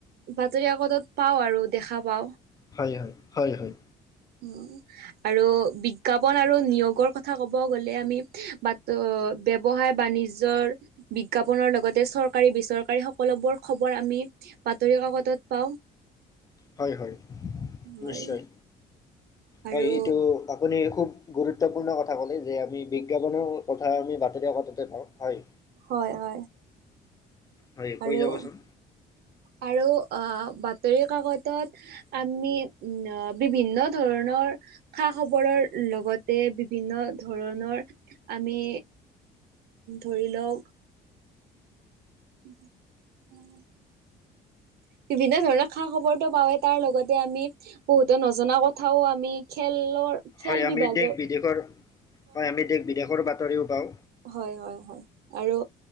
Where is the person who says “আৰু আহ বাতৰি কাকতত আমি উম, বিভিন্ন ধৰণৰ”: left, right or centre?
Right